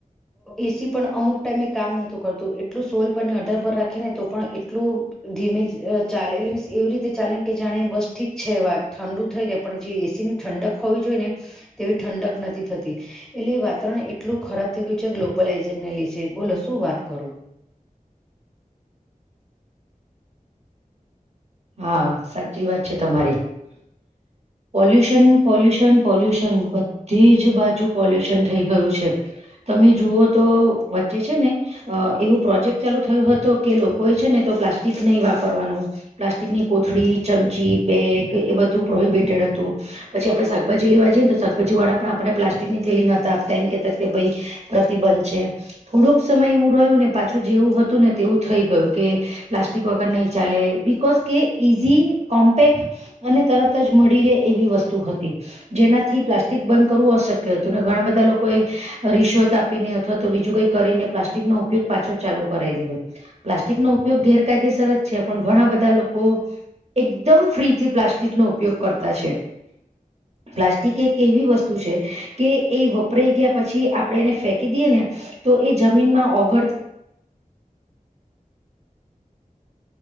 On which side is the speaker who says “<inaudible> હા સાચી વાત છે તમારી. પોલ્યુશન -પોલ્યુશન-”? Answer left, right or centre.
Right